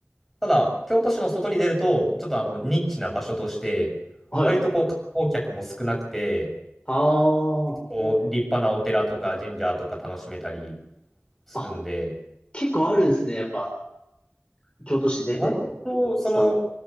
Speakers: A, in the centre; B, on the left.
A: ただ京都市の外に出ると、ちょっとあのニッチな場所として、
B: はい。
A: 割とこう観光客も少なくて、
B: ああ。
A: こう立派なお寺とか神社とか楽しめたりするんで、
B: あ、結構あるんですね。やっぱ、京都市出ても。
A: 割と、その、
B: スタン。